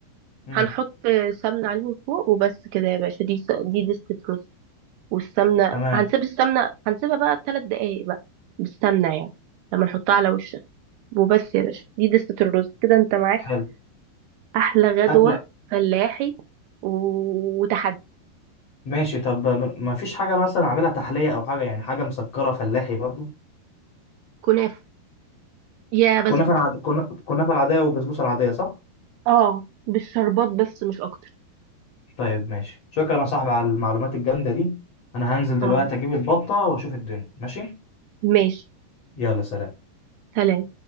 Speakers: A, on the left; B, on the right.
A: امم
B: هنحط آه، سمنة عليه من فوق وبس كده يا باشا دي س- دي دستة رز والسمنة
A: تمام
B: هنسيب السمنة هنسيبها بقى ثلاث دقايق بقى بالسمنة يعني لما نحطها على وش وبس يا باشا دي دستة الرز كده انت معاك
A: حلو
B: احلى غدوة
A: اكله
B: فلاحي و- وتحدي
A: ماشي طب م- ما فيش حاجه مثلا اعملها تحليه او حاجه يعني حاجه مسكره فلاحي برضو
B: كنافة يا بسبوسة
A: كنافه العد... كنا... كنافه العاديه والبسبوسه العاديه صح
B: اه بالشربات بس مش اكتر
A: طيب ماشي شكرا يا صاحبي على المعلومات الجامده دي انا هنزل دلوقتي
B: اه
A: اجيب البطه واشوف الدنيا ماشي
B: ماشي
A: يلا سلام
B: سلام